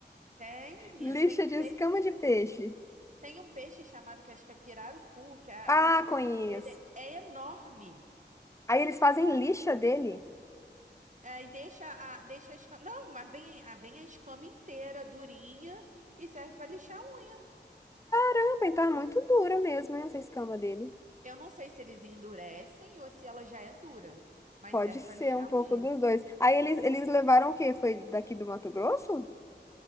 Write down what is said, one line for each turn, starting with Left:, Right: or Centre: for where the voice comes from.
Right: Tem, menina,
Left: Lixa
Right: tem um
Left: de
Right: peixe,
Left: escama de peixe.
Right: tem um peixe chamado que acho que é pirarucu, que a,
Left: Ah,
Right: e a escama
Left: conheço.
Right: dele é enorme.
Left: Aí eles fazem lixa dele.
Right: É, e deixa a, deixa a escama. Não, mas vem a, vem a escama inteira, durinha, e serve pra lixar a unha.
Left: Ah, bem, tá muito dura mesmo, hein, essa escama dele.
Right: Eu não sei se eles endurecem ou se ela já é dura, mas
Left: Pode
Right: serve
Left: ser
Right: pra lixar
Left: um
Right: a
Left: pouco
Right: unha.
Left: dos dois. Aí eles, eles levaram o quê? Foi daqui do Mato Grosso?